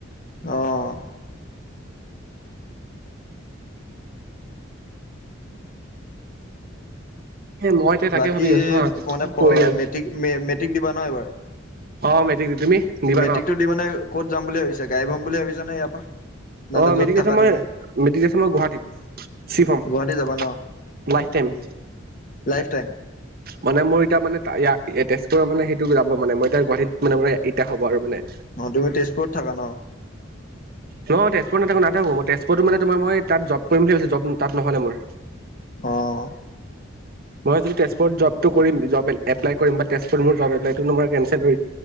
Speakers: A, on the left; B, on the right.
A: অ'।
B: এ মই এতিয়া তাকে
A: বাকী
B: ভাবি আছো হা কি
A: মানে
B: কৰি আৰু
A: মেট্ৰিক মেট্ৰিক দিবা নহয় এবাৰ।
B: অ' মেটৰিক দিম, তুমি। দিবা
A: মেট্ৰিকতটো
B: ন?
A: দি মানে ক'ত যাম বুলি ভাবিছা গাইব হম বুলি ভাবিছা। <unintelligible>
B: অ'
A: য'ত
B: মেট্ৰিকৰ
A: থাকা তুমি?
B: পিছত মই গুৱাহাটীত চিফ্ট হম
A: গুৱাহাটী যাবা ন
B: লাইফ টাইম।
A: লাইফ টাইম
B: মানে মোৰ এতিয়া মানে তেজপুৰৰ মানে সেইটো যাব মানে মই এতিয়া গুৱাহাটীত মানে মই এতিয়া হ'ব আৰু মানে।
A: অ' তুমি তেজপুৰত থাকা ন।
B: নহয় নাথাকো নাথাকো মই তেজপুৰত মানে তোমাৰ মই তাত জব কৰিম বুলি ভাবিছিলো জব তাত নহ'লে মোৰ।
A: অ'।
B: মই তেজপুৰত জবটো কৰিম জব এপলাই কৰিম বা তেজপুৰত মোৰ জব এপলাটোই কেনচেল